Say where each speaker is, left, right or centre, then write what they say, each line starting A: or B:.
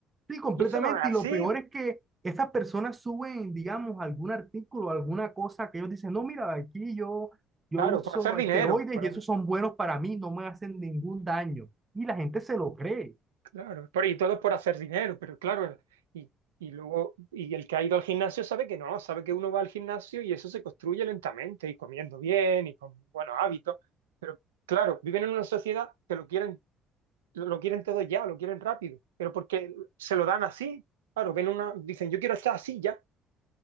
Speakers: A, on the right; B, on the right.
A: Sí, completamente.
B: Y eso no es así,
A: Y lo peor es que esas personas suben, digamos, algún artículo, alguna cosa que ellos dicen, no, mira, aquí yo, yo
B: claro,
A: uso
B: por hacer dinero,
A: esteroides
B: por-
A: y esos son buenos para mí, no me hacen ningún daño. Y la gente se lo cree.
B: claro, por, y todo es por hacer dinero, pero claro, y, y luego, y el que ha ido al gimnasio sabe que no, sabe que uno va al gimnasio y eso se construye lentamente y comiendo bien y con buenos hábitos, pero claro, viven en una sociedad que lo quieren lo, lo quieren todo ya, lo quieren rápido, pero porque se lo dan así. Claro, ven una, dicen, yo quiero estar así ya.